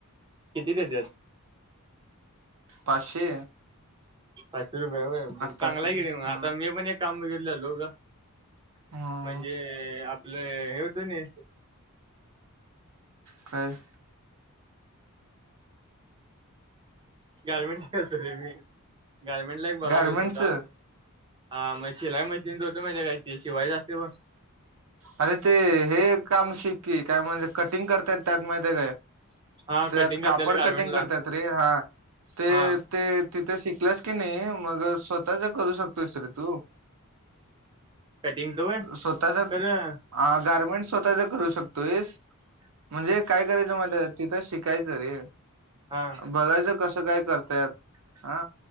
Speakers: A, on the right (about 20°); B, on the right (about 75°).
A: किती देत्यात.
B: पाशे.
A: पाचशे रुपय हाय होय चांगला
B: तास
A: आहे की रे, मग
B: हा
A: आता मी पण एक काम बघितलेलो‌ गं.
B: हा.
A: म्हणजे, आपलं हे होतं नी.
B: काय?
A: गारमेंट <unintelligible> गारमेंट ला एक बघाय
B: गारमेंटचं
A: गेलतो काम आ... हा मग शिलाई म <unintelligible> शिवायच असते बग.
B: अरे ते, हे काम शिक की काय म्हणत्यात म्हणजे कटिंग करतायेत त्यात माहिती काय.
A: हा
B: त्यात
A: कटिंग
B: कापड
A: करत्याल गारमेंटला
B: कटिंग करत्यात. रे हा ते
A: हा
B: ते, तिथे शिकलास कनी, मग स्वतःचं करू शकतो रे तू.
A: कटिंगचं होय
B: स्वतःचं.
A: खरं
B: ह गार्मेंट स्वतःचा करू शकतोयस. म्हणजे काय करायचं माहिती काय. शिकायचं रे,
A: हा.
B: बघायचं कसं काय करतायत, हा